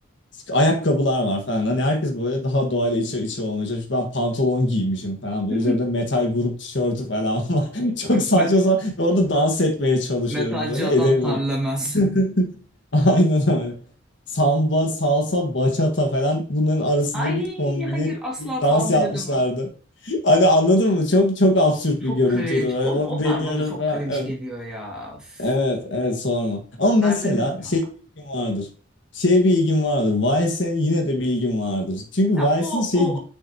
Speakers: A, on the left (about 60°); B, in the centre.
A: ayakkabılar var falan. Hani herkes böyle daha doğayla içe içe olmaya çalışmış. Ben pantolon giymişim falan. Böyle
B: <laughs>
A: üzerimde metal grup tişörtü falan <laughs> var. Çok saçma
B: Me-
A: sapan. Ve Orada dans etmeye çalışıyorum
B: Metalci
A: böyle.
B: adam
A: Edemiyorum.
B: terlemez.
A: <laughs> Aynen öyle. Samba, salsa, bachata falan bunların arasında
B: Ay
A: bir kombine
B: hayır asla
A: bir dans
B: tahammül
A: yapmışlardı.
B: edemem.
A: Hani anladın mı? Çok çok absürt
B: Çok
A: bir görüntüydü
B: cringe.
A: böyle.
B: O,
A: Orada
B: onlar
A: deniyorum
B: bana çok
A: falan.
B: cringe
A: Evet.
B: geliyor ya. Üf.
A: Evet, evet sorma. Ama mesela
B: Verdiniz ya.
A: şey bir ilgim vardır. Şeye bir ilgim vardır. Vice'e yine de bir ilgim vardır. Çünkü Vice'in
B: Ya o
A: şey...
B: o